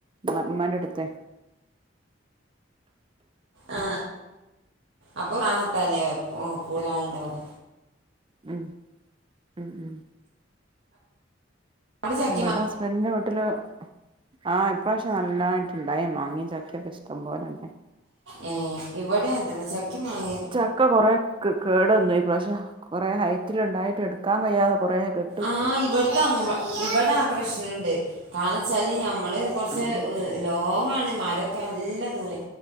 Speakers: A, on the right; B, on the right.
A: മ മ്മാന്റെ വീട്ട്ത്തെ
B: ആ അപ്പൊ റാഹത്താല്ലേ കൂടെ ആള്ണ്ടാവും
A: ഉം ഉം ഉം
B: അവിടെ ചക്കി
A: ഇബടെ
B: മാ
A: ഹസ്ബന്റിന്റെ വീട്ട്ല് ആ ഇപ്രാശ്യം നല്ലതായിട്ട്ണ്ടായി മാങ്ങി ചക്കയൊക്കെ ഇഷ്ടം പോലെണ്ടായി
B: ഏ ഇവടെ അങ്ങൻത്തെന്നെ ചക്കേം മാങ്ങ
A: ചക്ക കൊറേ കെ കേടെന്നോയി ഇപ്രാശ്യം കൊറെ ഹൈറ്റില്ണ്ടായിട്ട് എടുക്കാൻ കയ്യാതെ കൊറേ കേ
B: ആ ഇവ്ട്ത്തെ അങ് ഇവടാപ്രശ്നണ്ട് കാരണെച്ചാല് ഞമ്മള് കൊർച്ച്
A: ആഹ്
B: ലോങ്ങാണ് മരൊക്കെ നല്ല ദൂരെ